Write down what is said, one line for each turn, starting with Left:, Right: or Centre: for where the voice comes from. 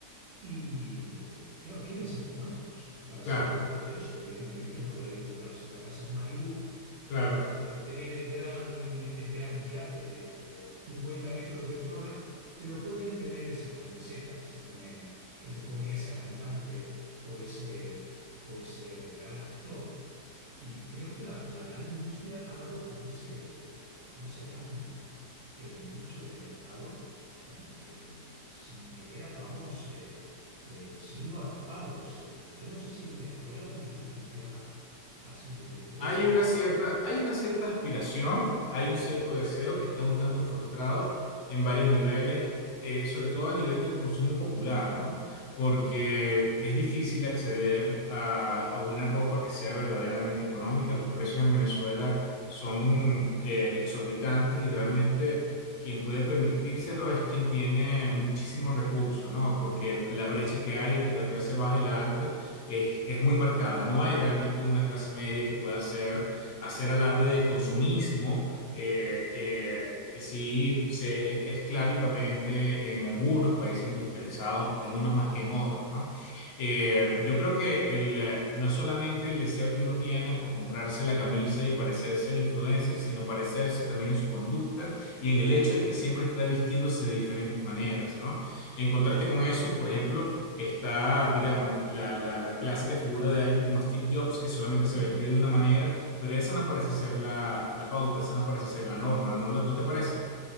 Right: Y claro, quieren ser como ellos. Y para ser
Left: Claro,
Right: como ellos, evidentemente no pueden comprarse la casa en Malibú,
Left: claro.
Right: no pueden tener el gran, el gran yate de 50 metros de eslora, pero pueden tener esa camiseta que se pone, que se pone esa cantante o ese, o ese gran actor y creo que la, la gran industria ha dado con ese, dado con ese gran eh, nicho de mercado en el que sin querer acabamos eh, eh, siendo atrapados. Eh, yo no sé si en Venezuela también esto funciona así, de, de
Left: Hay
Right: esta
Left: una
Right: forma.
Left: cierta, hay una cierta aspiración, hay un cierto deseo que está un tanto frustrado en varios niveles, eh, sobre todo a nivel del consumo popular, ¿no? Porque es difícil acceder a, a buena ropa que sea verdaderamente económica. Los precios en Venezuela son eh, exorbitantes y realmente quien puede permitírselo es quien tiene muchísimos recursos, ¿no? Porque la brecha que hay entre la clase baja y la alta es, es muy marcada. No hay realmente una clase media que pueda hacer, hacer alarde del consumismo, eh, que, que sí se, es, es claro y patente en algunos países industrializados, en unos más que en otros, ¿no? Eh, yo creo que el, eh, no es solamente el deseo que uno tiene por comprarse la camisa y parecerse al influencer, sino parecerse también en su conducta y en el hecho de que siempre está vistiéndose de diferentes maneras, ¿no? En contraste con eso, por ejemplo, Está, digamos, la, la, la clásica figura de alguien como Steve Jobs, que solamente se vestía de una manera, pero esa no parece ser la, la pauta, esa no parece ser la norma, ¿no, lo- no te parece?